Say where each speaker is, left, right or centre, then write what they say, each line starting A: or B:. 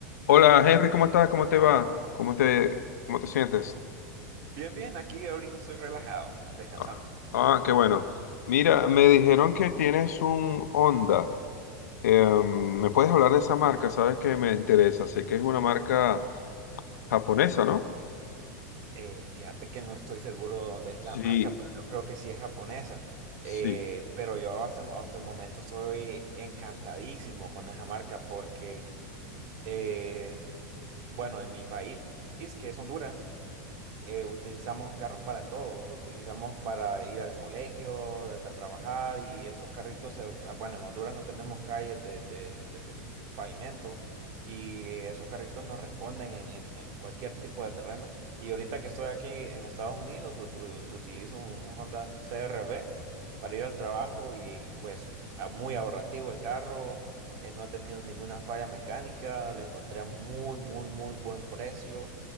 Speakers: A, on the left (about 80°); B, on the right (about 55°).
A: Hola Henry, ¿cómo estás? ¿Cómo te va? ¿Cómo te, cómo te sientes?
B: Bien, bien, aquí ahorita estoy relajado, descansando.
A: Ah, ah, qué bueno. Mira, me dijeron que tienes un Honda. Em, ¿me puedes hablar de esa marca? Sabes que me interesa. Sé que es una marca japonesa, ¿no?
B: Eh, fíjate que no estoy seguro de dónde es la
A: Sí,
B: marca, pero yo creo que sí es japonesa. Eh,
A: sí.
B: pero yo hasta, el- hasta el momento estoy encantadísimo con esa marca porque, eh, bueno, en mi país, que es Honduras, eh, utilizamos los carros para todo, lo utilizamos para ir al colegio, a, a trabajar y esos carritos, se- ah, bueno, en Honduras no tenemos calles de, de- de- de pavimento y esos carritos nos responden en, en- en cualquier tipo de terreno. Y ahorita que estoy aquí en Estados Unidos, ut- u- utilizo un, un Honda CRV para ir al trabajo y pues ah, muy ahorrativo el carro. eh, no ha tenido ninguna falla mecánica, lo encontré a muy, muy, muy buen precio